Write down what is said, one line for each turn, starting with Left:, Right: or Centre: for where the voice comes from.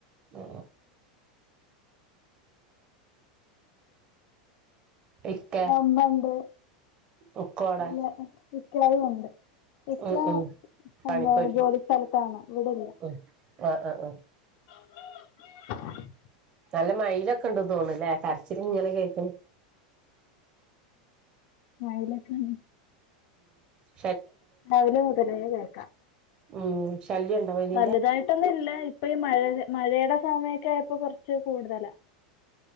Right: ആ ഇക്കെ
Left: പിന്നെ മ്മണ്ട്
Right: ഇക്കോടെ
Left: അല്ല ഇക്കായും ഉണ്ട് ഇക്ക
Right: ഉം ഉം പണിക്കോയിട്ടുണ്ട്
Left: എന്താണ് ജോലി സ്ഥലത്താണ് ഇവടെ ല്ല
Right: ഉം ആ ആ ആ
Left: <inaudible>
Right: നല്ല മയിലൊക്കെ ണ്ട് തോന്ന്ണ് ല്ലേ കരച്ചില് ങ്ങനെ കേക്ക്‌ണ്
Left: <unintelligible>
Right: ആ
Left: രാവിലെ മുതലേ കേക്കാ
Right: ഉം ശല്യണ്ടോ മയിലിന്റെ
Left: വലുതായിട്ടൊന്നുല്ല ഇപ്പ ഈ മഴ മഴേടെ സമയൊക്കെ ആയപ്പോ കൊർച്ച് കൂടുതലാ